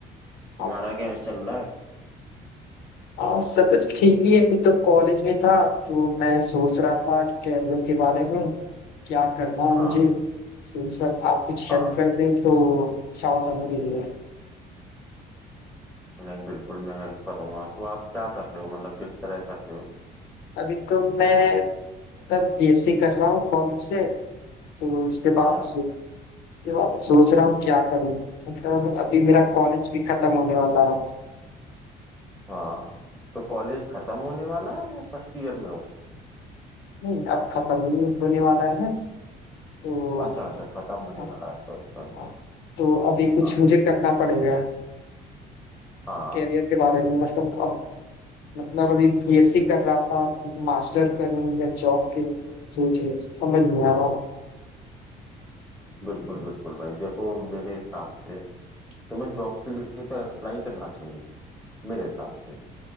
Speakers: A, in the centre; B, on the left.
A: तुम्हारा
B: आ-
A: क्या चल रहा है
B: आज सब कुछ ठीक ही है अभी तो कॉलेज में था तो मैं सोच रहा था कैरियर के बारे में क्या करना है मुझे
A: हाँ
B: तो सर आप कुछ
A: हाँ
B: हेल्प कर दें तो अच्छा होगा मेरे लिए
A: नहीं बिल्कुल मैं हेल्प करूंगा तो आप क्या कर रहे हो मतलब किस तरह कर रहे हो
B: अभी तो मैं मतलब बीएससी कर रहा हूँ कॉलेज से तो इसके
A: हाँ
B: बाद सो- इसके बाद सोच रहा हूँ क्या करूँ मतलब अभी मेरा कॉलेज भी खत्म होने वाला है
A: हाँ तो कॉलेज खत्म होने वाला है या फर्स्ट ईयर में हो
B: नहीं अब खत्म ही होने वाला है ना तो
A: अच्छा अच्छा खत्म होने
B: हाँ।
A: वाला है सॉरी सॉरी
B: हाँ, तो अभी कुछ
A: हाँ
B: मुझे करना पड़ेगा
A: हाँ
B: कैरियर के बारे में मतलब अब मतलब अभी बीएससी कर रहा था मास्टर करूँ या जॉब के लिए सोच रही- समझ नहीं आ रहा
A: बिल्कुल बिल्कुल भाई देखो मेरे हिसाब से तुम्हें जॉब के लिए तो अप्लाई करना चाहिए मेरे हिसाब से